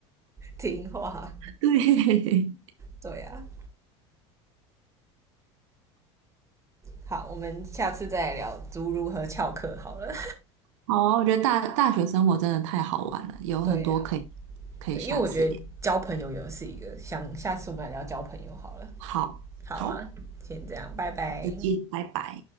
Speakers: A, on the right; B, on the right.
A: 听话。
B: 对，
A: 对啊，好，我们下次再来聊如如何翘课好了。
B: <laughs> 好啊我觉得大大学生活真的太好玩了，
A: <laughs>
B: 有很多可以可以下次聊。
A: 对啊，对，因为我觉得交朋友也是一个，想下次我们来聊交朋友好了。
B: 好，
A: 好啊，
B: 好，
A: 先这样，拜拜。
B: 再见，拜拜。